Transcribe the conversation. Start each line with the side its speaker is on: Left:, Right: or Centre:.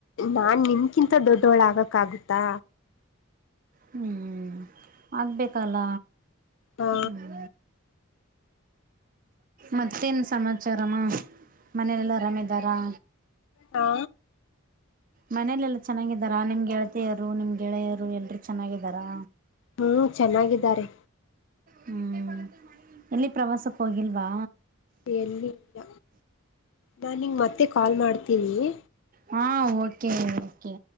Left: ನಾನ್ ನಿನ್ ಕ್ಕಿಂತ ದೊಡ್ಡೋಳಾಗಕ್ಕಾಗುತ್ತಾ
Right: ಹ್ಮ್ ಆಗ್ಬೇಕಲ್ಲ
Left: ಹಾ
Right: ಹ್ಮ್ ಮತ್ತೇನ್ ಸಮಾಚಾರಮ್ಮ ಮನೇಲೆಲ್ಲ ಆರಾಮಿದಾರಾ
Left: ಹಾ
Right: ಮನಲೆಲ್ಲ ಚೆನ್ನಾಗಿದ್ದಾರಾ ನಿಮ್ ಗೆಳತಿಯರು ನಿಮ್ ಗೆಳೆಯರು ಎಲ್ರುೂ ಚೆನ್ನಾಗಿದ್ದಾರಾ
Left: ಹ್ಮ್ ಚೆನ್ನಾಗಿದ್ದಾರೆ
Right: ಹ್ಮ್ ಎಲ್ಲಿ ಪ್ರವಾಸಕ್ಕೆ ಹೋಗಿಲ್ವಾ
Left: ಎಲ್ಲಿ ಇಲ್ಲ ನಾನ್ ನಿಂಗ ಮತ್ತೆ ಕಾಲ್ ಮಾಡ್ತಿ ತಿಲ್ಲಿೇ
Right: ಹಾ ಓಕೆ ೆ